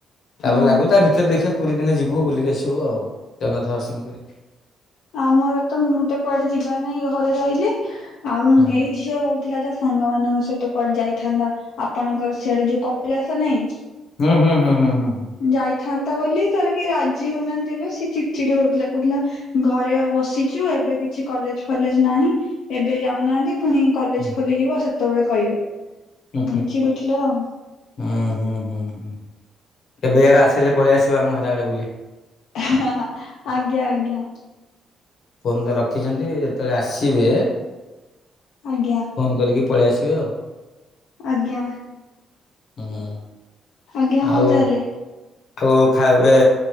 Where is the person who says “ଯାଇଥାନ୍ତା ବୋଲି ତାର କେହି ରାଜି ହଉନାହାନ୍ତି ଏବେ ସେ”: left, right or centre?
Left